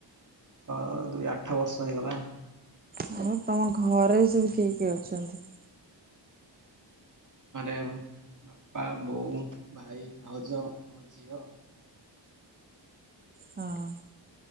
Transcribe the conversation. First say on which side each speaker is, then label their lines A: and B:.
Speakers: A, on the right; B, on the right.
A: ଛଅ ଦୁଇ ଆଠ ବର୍ଷ ହେଇଗଲା।
B: ମୁଁ ତମ ଘରେ ସବୁ କିଏ କିଏ ଅଛନ୍ତି?
A: ଘରେ ବାପା ବୋଉ ଭାଇ ଭାଉଜ ଆମ ଝିଅ।
B: ହଁ